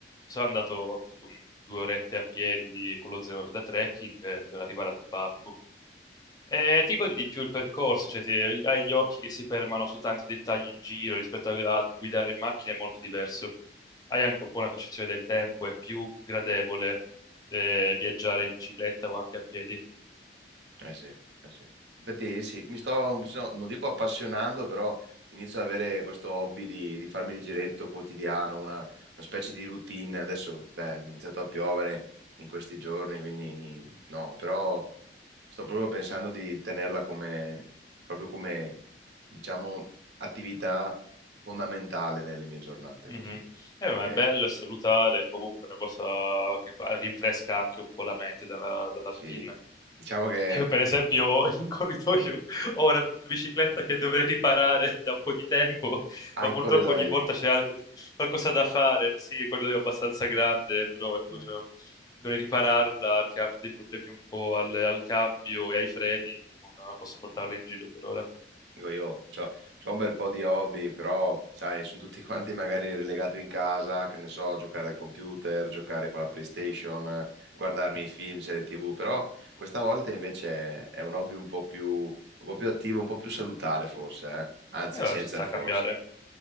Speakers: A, on the left; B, on the right.
A: Sono andato, ho fatto un- due orette a piedi con lo zaino da trekking eh, per arrivare ad un parco. E ti godi di più il percorso, cioè ti- hai gli occhi che si fermano su tanti dettagli in giro rispetto a, a guidare in macchina, è molto diverso. Hai anche un po' una percezione del tempo, è più gradevole eh, viaggiare in bicicletta o anche a piedi.
B: Eh sì, eh sì. Infatti sì, mi sto, mi sto- non dico appassionando, però inizio ad avere questo hobby di, di farmi il giretto quotidiano, una, una specie di routine. Adesso, beh, è iniziato a piovere in questi giorni, quindi no, però sto proprio pensando di tenerla come, proprio come, diciamo, attività fondamentale nelle mie giornate.
A: Mhm.
B: Quindi,
A: Eh, ma
B: eh,
A: è bello è salutare, è comunque una cosa che fa- rinfresca anche un po' la mente dalla, dalla
B: sì,
A: routine.
B: diciamo che
A: Io, per esempio, ho in corridoio ho una bicicletta che dovrei riparare da un po' di tempo,
B: ha
A: ma
B: in
A: purtroppo
B: corridoio.
A: ogni volta c'è alco- qualcosa da fare. Sì, il corridoio è abbastanza grande, però ecco,
B: Eh.
A: cioè, dovrei ripararla perché ha dei problemi un po' al, al cambio e ai freni, quindi non non posso portarla
B: mm.
A: in giro per ora.
B: Dico io, c'ho, c'ho un bel po' di hobby, però, sai, sono tutti quanti magari relegato in casa, che ne so, giocare al computer, giocare con la PlayStation, eh, guardarmi
A: E
B: i film, serie TV, però questa volta invece è, è un hobby un po' più, un po' più attivo, un po' più salutare forse, eh? Anzi,
A: eh, vabbè,
B: senza
A: ci sta
B: il
A: a
B: forse.
A: cambiare,